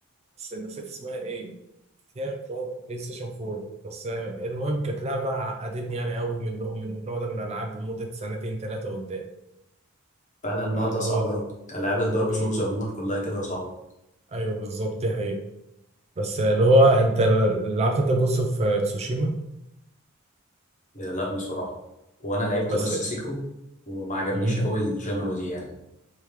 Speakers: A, on the right; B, on the left.
A: بس نسيت اسمها ايه هي بلاي بلاي ستيشن 4 بس المهم كانت لعبة عقدتني يعني قوي من اللي هو من النوع ده من الألعاب لمدة سنتين ثلاثة قدام
B: فعلا النوع
A: فاللي
B: ده صعب
A: هو
B: قوي العاب الدارك
A: مم.
B: سولز عموما كلها كده صعبه
A: أيوه بالظبط دي حقيقة بس اللي هو أنت لعبت أنت جوست أوف تسوشيما
B: آه، لا بصراحه وانا لعبت
A: بس
B: بس سيكرو وما عجبنيش
A: مم.
B: قوي الجنرا دي يعني